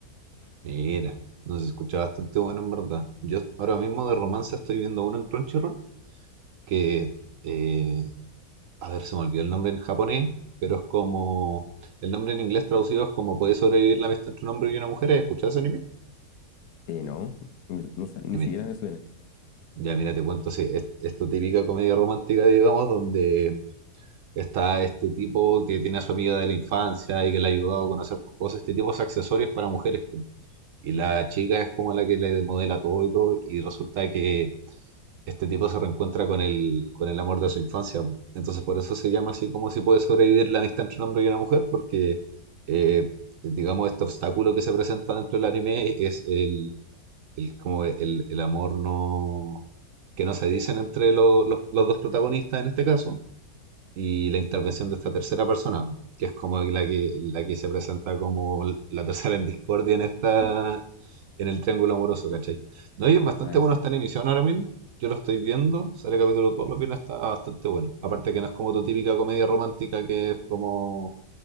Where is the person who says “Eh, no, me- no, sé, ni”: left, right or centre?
Left